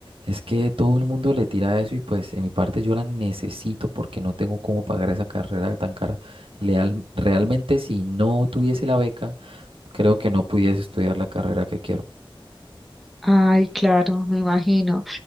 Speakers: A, on the right; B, in the centre.
A: es que todo el mundo le tira eso y pues en mi parte yo la necesito porque no tengo cómo pagar esa carrera tan cara. Leal- realmente si no tuviese la beca, creo que no pudiese estudiar la carrera que quiero.
B: Ay, claro, me imagino.